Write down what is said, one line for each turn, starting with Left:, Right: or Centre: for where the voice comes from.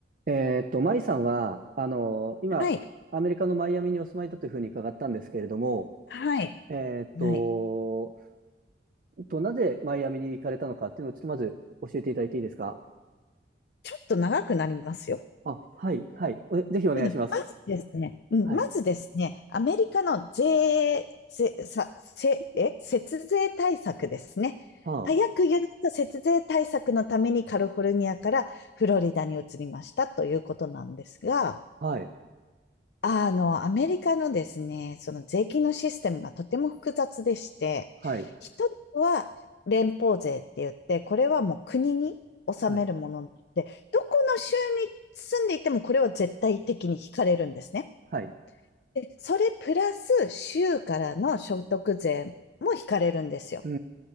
Right: えーっと、マイさんは、あの、今、
Left: はい。
Right: アメリカのマイアミにお住まいだというふうに伺ったんですけれども、
Left: はい。
Right: えーっと、
Left: はい。
Right: と、なぜマイアミに行かれたのかっていうのをちょっとまず教えていただいていいですか
Left: ちょっと長くなりますよ。
Right: あ、はい、はい。おぜひお願いします。
Left: うん、まずですね、うん、
Right: はい。
Left: まずですね、アメリカの税、税、さ、せ、え、節税対策ですね。
Right: はあ、
Left: 早く言うと節税対策のためにカリフォルニアからフロリダに移りましたということなんですが、
Right: はい、
Left: あの、アメリカのですね、その税金のシステムがとても複雑でして、
Right: はい、
Left: 一つは連邦税って言って、これはもう国に納めるものなので、
Right: はい、
Left: どこの州に住んでいてもこれは絶対的に引かれるんですね。
Right: はい。
Left: で、それプラス州からの所得税も引かれるんですよ。
Right: うー